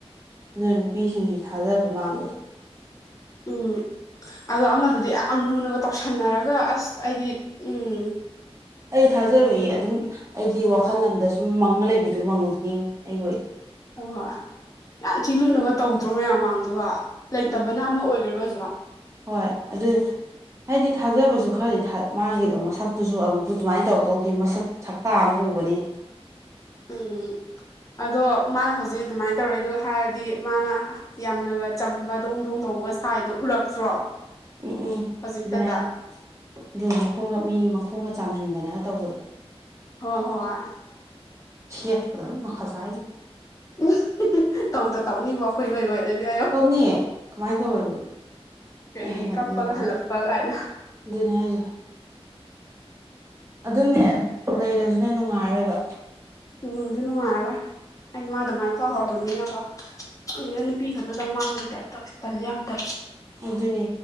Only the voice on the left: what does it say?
ꯎꯝ ꯑꯗꯣ ꯑꯃꯗꯨꯗꯤ ꯌꯥꯝ ꯂꯨꯅꯒ ꯇꯧꯁꯟꯅꯔꯒ ꯑꯁ ꯑꯩꯗꯤ ꯎꯝ
ꯍꯣꯏ ꯍꯣꯏ ꯌꯥꯝ ꯊꯤ ꯂꯨꯅꯒ ꯇꯧꯗ꯭ꯔꯣ ꯃꯌꯥꯝ ꯃꯥꯡꯗꯥꯒ ꯂꯩꯇꯕꯅ
ꯑꯃ ꯑꯣꯏꯒ꯭ꯔꯒꯁꯨ
ꯎꯝ ꯑꯗꯣ ꯃꯥꯅ ꯍꯧꯖꯤꯛ ꯑꯗꯨꯃꯥꯏꯅ ꯇꯧꯔꯛꯏꯗꯨꯒ ꯍꯥꯏꯔꯗꯤ ꯃꯥꯅ ꯌꯥꯝꯅꯒ ꯆꯝꯕ ꯗꯣꯡꯗꯣꯡ ꯇꯧ ꯁꯥꯏꯗꯣ ꯎꯔꯛꯇ꯭ꯔꯣ
ꯍꯧꯖꯤꯛꯇꯗ
ꯍꯣꯏ ꯍꯣꯏ
ꯏꯁ ꯇꯧꯗ ꯇꯧꯅꯤꯕꯣ ꯑꯩꯈꯣꯏ ꯅꯣꯏ ꯑꯣꯏꯔꯗꯤ ꯍꯥꯏꯌꯣ
ꯀꯔꯤꯒꯤ
ꯀꯞꯄꯒ
ꯍꯜꯂꯛꯄ ꯀꯥꯏꯅ
ꯅꯨꯡꯗꯤ ꯅꯨꯡꯉꯥꯏꯔꯣꯏ ꯑꯩ ꯃꯥ ꯑꯗꯨꯃꯥꯏꯅ ꯇꯧꯔꯨꯔꯕꯅꯤꯅꯕꯥ ꯈꯪꯗꯦꯗꯥ ꯅꯨꯄꯤ ꯈꯛꯇꯗ ꯃꯥꯡꯕꯩ ꯇꯥꯞ ꯇꯧꯏ ꯇꯜꯂꯤ ꯌꯥꯝ ꯇꯜꯂꯤ